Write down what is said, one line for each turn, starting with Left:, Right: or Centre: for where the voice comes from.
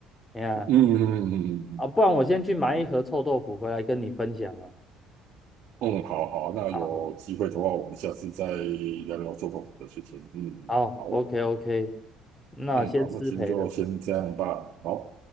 Left: 哎呀，
Right: 嗯嗯嗯嗯嗯。嗯嗯嗯嗯
Left: 啊，不然我先去买一盒臭豆腐回来跟你分享啊。
Right: 嗯，好好，那有机会的话，
Left: 好好
Right: 我们下次再聊聊做豆腐的事情。嗯，
Left: 好，OK
Right: 好，
Left: OK，那先失陪了。
Right: 嗯，好，那今天就先这样吧。好。